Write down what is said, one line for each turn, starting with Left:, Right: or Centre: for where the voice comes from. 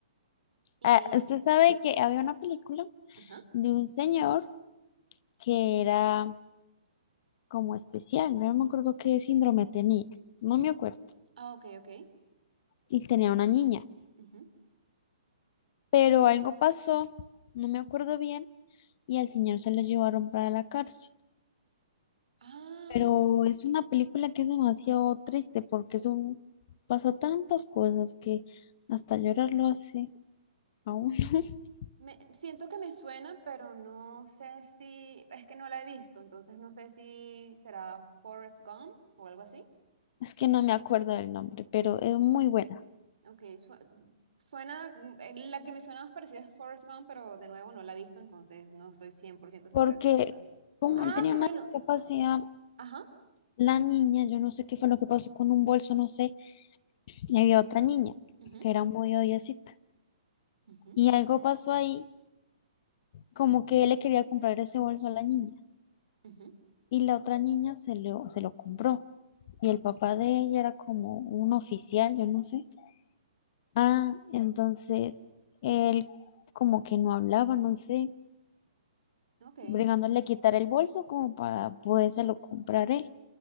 Right: Y,
Left: Ah, usted sabe que había una película
Right: ajá,
Left: de un señor que era como especial, no me acuerdo qué síndrome tenía, no me acuerdo,
Right: ah, ok, ok.
Left: y tenía una niña,
Right: ujú.
Left: pero algo pasó, no me acuerdo bien, y al señor se lo llevaron para la cárcel.
Right: Ah,
Left: Pero es una película que es demasiado triste porque son, pasa tantas cosas que hasta llorar lo hace a uno. <laughs>
Right: me, siento que me suena, pero no sé si, es que no la he visto, entonces no sé si será Forrest Gump o algo así.
Left: Es que no me acuerdo del nombre, pero es muy buena
Right: Ok, su- suena, mm, eh, la que me suena más parecida es Forrest Gump, pero de nuevo no la he visto, entonces no estoy 100% segura
Left: porque
Right: si es esa.
Left: como
Right: Ah,
Left: él tenía
Right: bueno,
Left: una discapacidad
Right: ajá.
Left: La niña, yo no sé qué fue lo que pasó con un bolso, no sé, y había otra niña
Right: ujú,
Left: que era muy odiosita.
Right: ujú,
Left: Y algo pasó ahí, como que él le quería comprar ese bolso a la niña
Right: ujú,
Left: y la otra niña se lo, se lo compró. Y el papá de ella era como un oficial, yo no sé. Ah, entonces él como que no hablaba, no sé,
Right: Ok.
Left: bregándole a quitar el bolso como para podérselo comprar él.